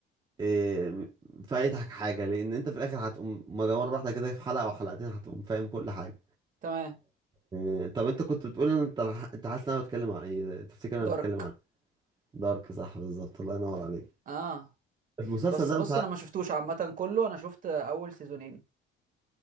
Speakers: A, on the right; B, on the right.
A: إيه... فايتك حاجه لان انت في الاخر هتقوم مجا مره واحده كده في حلقه او حلقتين هتقوم فاهم كل حاجه
B: تمام
A: إيه... طب انت كنت بتقول ان انت انت حاسس ان انا بتكلم عن ايه تفتكر انا
B: دارك
A: بتكلم عن دارك صح بالظبط الله ينور عليك
B: اه
A: المسلسل
B: بس
A: ده
B: بص
A: مش عارف
B: انا ما شفتوش عامه كله انا شفت اول سيزونين